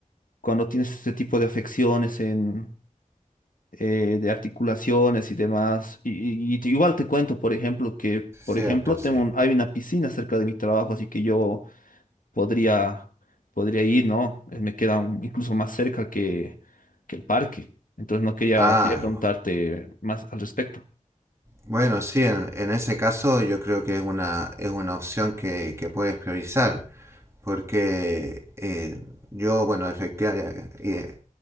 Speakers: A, on the left; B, on the right.
A: cuando tienes este tipo de afecciones en eh, de articulaciones y demás. Y, y- y igual te cuento, por ejemplo, que, por
B: cierto,
A: ejemplo,
B: sí.
A: tengo un- hay una piscina cerca de mi trabajo, así que yo podría, podría ir, ¿no? Eh, Me queda un- incluso más cerca que, que el parque. Entonces no quería,
B: Ah,
A: quería preguntarte más al respecto.
B: Bueno, sí, en, en ese caso yo creo que es una, es una opción que, que puedes priorizar, porque eh, yo, bueno, efectivamente, eh, eh,